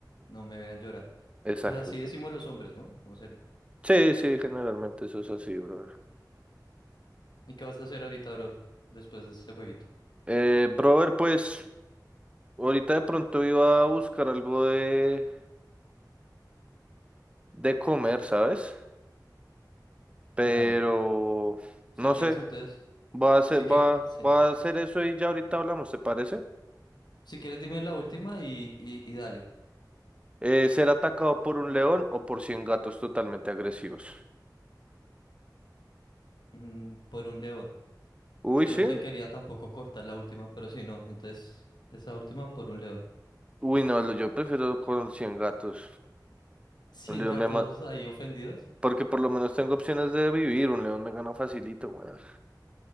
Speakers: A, on the left; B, on the right.
A: no me vean llorar.
B: Exacto.
A: Pues así decimos
B: sí.
A: los hombres, ¿no? No sé.
B: Sí, sí, generalmente eso es así, brother.
A: ¿Y qué vas a hacer ahorita, bro? Después de este jueguito.
B: Eh, brother, pues ahorita de pronto iba a buscar algo de, de comer, ¿sabes? Pero
A: Dale. Si
B: no
A: quieres,
B: sé,
A: entonces.
B: va a hacer,
A: Si quieres,
B: va,
A: sí.
B: va a hacer eso y ya ahorita hablamos, ¿te parece?
A: Si quieres, dime la última y, y, y dale.
B: Eh, ser atacado por un león o por 100 gatos totalmente agresivos.
A: Mm, por un león.
B: Uy,
A: Es que
B: sí,
A: no te quería tampoco cortar la última, pero si no, entonces esa última por un león.
B: Uy, no, lo- yo prefiero con los 100 gatos.
A: <laughs> ¿100
B: Un león
A: gatos
B: me ma-
A: ahí ofendidos.
B: Porque por lo menos tengo opciones de vivir. Un león me gana facilito, güey O